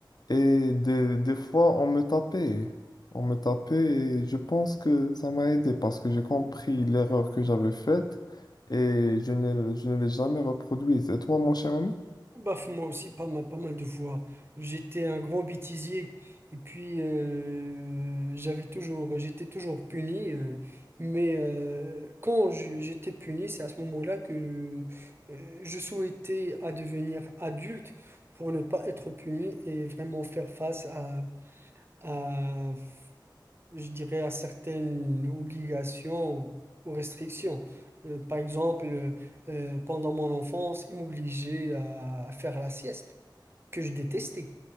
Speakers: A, on the left; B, on the right.
A: Et des, des fois, on me tapait. On me tapait et je pense que ça m'a aidé parce que j'ai compris l'erreur que j'avais faite et je ne, je ne l'ai jamais reproduite. Et toi, mon cher ami?
B: Baf, moi aussi, pas mal, pas mal de fois. J'étais un grand bêtisier et puis euh, j'avais toujours, j'étais toujours puni. euh, mais euh, quand je- j'étais puni, c'est à ce moment-là que euh, je souhaitais à devenir adulte pour ne pas être puni et vraiment faire face à, à, je dirais, à certaines obligations ou, ou restrictions. Euh, par exemple, euh, pendant mon enfance, ils m'obligeaient à à faire la sieste que je détestais.